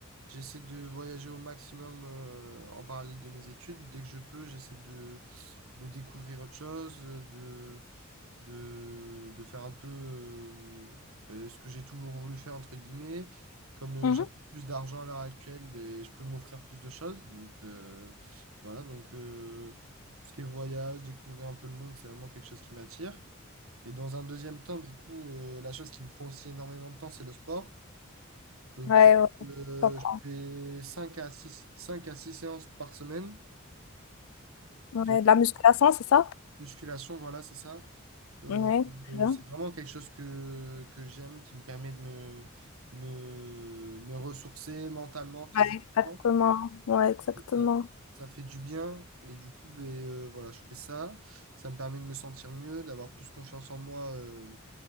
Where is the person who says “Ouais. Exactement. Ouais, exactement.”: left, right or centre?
Left